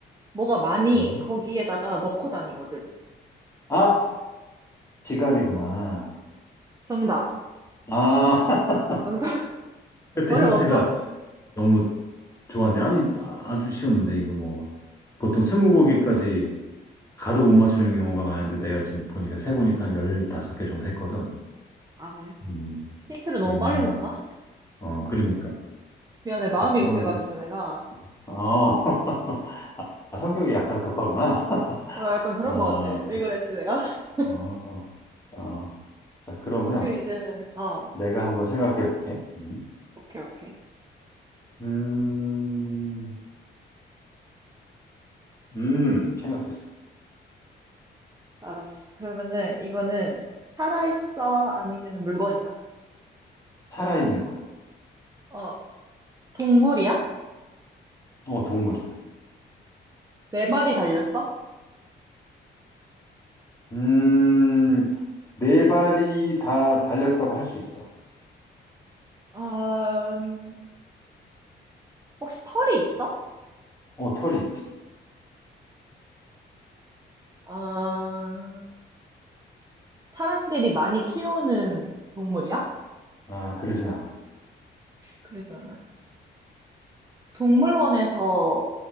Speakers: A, on the right (about 20°); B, on the left (about 15°).
A: 뭐가 많이
B: 몸?
A: 거기에다가 넣고 다니거든.
B: 아, 지갑이구나.
A: 정답.
B: 아, <laughs>
A: 정답 <laughs>
B: 그때
A: 어려웠어?
B: 힌트가 너무 좋았네. 아니, 아, 주 쉬웠는데, 이거 뭐. 보통 스무 곡에까지 가도 못 맞추는 경우가 많은데, 내가 지금 보니까 세 보니까 한 15개
A: 네.
B: 정도 했거든.
A: 아, 그래?
B: 음,
A: 힌트를 너무
B: 음,
A: 빨리 줬나?
B: 어, 그러니까.
A: 미안해, 마음이
B: 자, 그러면,
A: 급해가지고 내가.
B: 어, <laughs> 아, 성격이 약간 급하구나. <laughs>
A: 어, 약간 그런
B: 아,
A: 것 같아. 왜
B: 그,
A: 그랬지, 내가? <laughs>
B: 어, 어. 자, 그러면
A: 그리고 이제는, 어,
B: 내가 한번 생각해 볼게. 음,
A: 오케이, 오케이.
B: 음, 음, 생각했어.
A: 알았어. 그러면은 이거는 살아있어? 아니면 물건이야?
B: 살아있는 거야.
A: 어, 동물이야?
B: 어, 동물이야.
A: 네 발이 달렸어?
B: 음, 네 발이 다 달렸다고 할 수 있어.
A: 아, 음, 혹시 털이 있어?
B: 어, 털이 있지.
A: 아, 사람들이 많이 키우는 동물이야?
B: 아, 그러진 않아.
A: 그러지 않아. 동물원에서